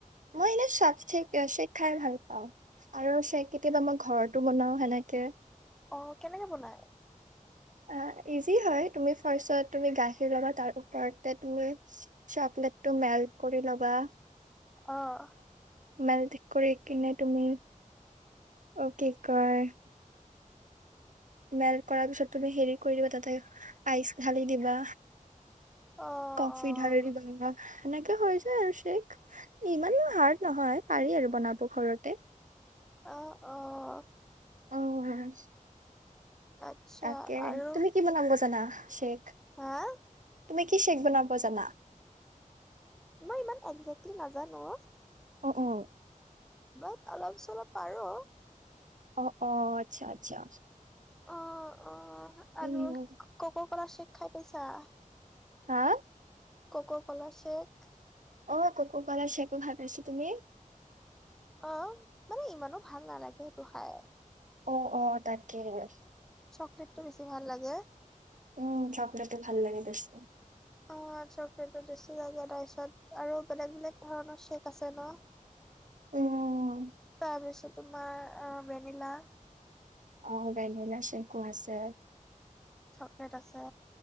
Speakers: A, on the right; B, in the centre.
A: মই এনেই চব চে চেক খাই ভাল পাওঁ আৰু চেক কেতিয়াবা মই ঘৰতো বনাও সেনেকে-
B: অঁ কেনেকে বনাই?
A: অঁ ইজি হয় তুমি ফাৰ্ষটত তুমি গাখীৰ ল'বা তাৰ ওপৰতে তুমি চকলেটটো মেল্ট কৰি ল'বা
B: আহঁ।
A: মেল ঠিক কৰি, কিনে তুমি অঁ কি কয়? মেলট কৰাৰ পিছত তুমি, হেৰি কৰি দিবা তাতে আইচ ঢালি দিবা
B: অ',
A: কফি
B: অ',
A: ঢালি দিবা। সেনেকে হৈ যায় আৰু শেক ইমানও হাৰ্ড নহয় পাৰি আৰু বনাব ঘৰতে
B: অঁ, অঁ।
A: অ হয়।
B: আচ্ছা
A: তাকে
B: আৰু
A: তুমি কি বনাব জানা? শেষ
B: হা,
A: তুমি কি শ্বেক বনাব জানা?
B: মই ইমান একজেকটলি নাজানো অ '
A: অ' অ'
B: বাট অলপ চলপ পাৰো।
A: অ' অ' আচ্ছা - আচ্ছা
B: অ' অ'
A: উম,
B: আৰু ক'ককলা চেক। খাই পাইছা?
A: হা।
B: ক'ক ক'লা চেক খাই পাইছা।
A: অ' ক'ক কলা চেকো ভাল পাইছোঁ তুমি?
B: অ' মানে ইমানো ভাল নালাগে সেইটো খাই।
A: অ' অ' তাকেহে।
B: চকলেটটো বেছি ভাল লাগে।
A: উম চকলেটটো ভাল লাগে টেষ্টি।
B: অ' চকলেটটো টেষ্টি লাগে তাৰপিছত আৰু বেলেগ বেলেগ ধৰণৰ চেক আছে ন?
A: উম।
B: তাৰপিছত তোমাৰ আ ভেনিলা
A: অ' ভেনিলা চেকো আছে।
B: চকলেট আছে।